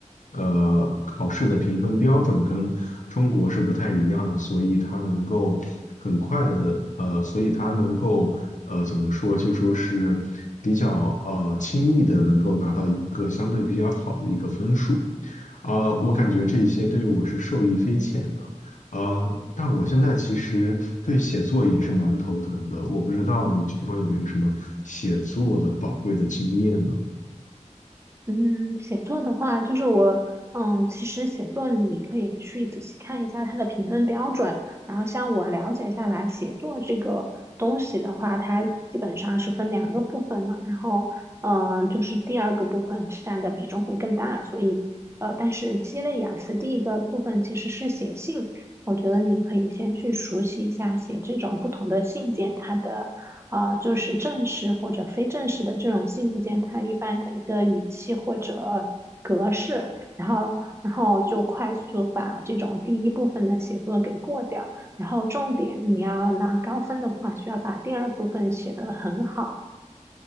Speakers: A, on the left; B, on the right.
A: 呃考试的评分标准跟中国是不太一样的，所以它能够很快的呃，所以它能够呃怎么说，就说是比较呃轻易的能够拿到一个相对比较好的一个分数。呃，我感觉这些对我是受益匪浅的，呃，但我现在其实对写作也是蛮头疼的，我不知道你这地方有没有什么写作的宝贵的经验呢？
B: 嗯，写作的话，就是我，嗯，其实写作你可以去仔细看一下它的评分标准，然后像我了解下来，写作这个东西的话，它基本上是分两个部分嘛，然后，嗯，就是第二个部分占的比重会更大，所以，呃，但是鸡肋雅思第一个部分其实是写信，我觉得你可以先去熟悉一下写这种不同的信件它的。啊、呃就是正式或者非正式的这种信件，它一般的一个语气或者格式，然后然后就快速把这种第一部分的写作给过掉，然后重点你要拿高分的话，需要把第二部分写得很好。